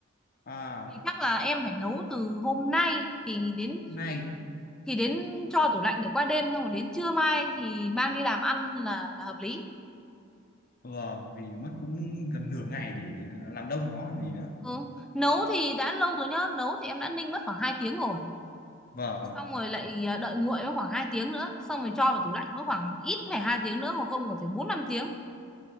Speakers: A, on the left; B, in the centre.
A: à
B: thì chắc là em phải nấu từ hôm nay thì đến
A: này
B: thì đến cho tủ lạnh để qua đêm xong rồi đến trưa mai thì mang đi làm ăn là là hợp lý
A: vâng vì mất cũng gần nửa ngày để làm đông nó còn gì nữa
B: ừ. nấu thì đã lâu rồi nhá nấu thì em đã ninh mất khoảng 2 tiếng rồi
A: vâng
B: xong rồi lại à, đợi nguội mất khoảng 2 tiếng nữa xong rồi cho vào tủ lạnh mất khoảng ít phải 2 tiếng nữa hoặc không rồi phải bốn năm tiếng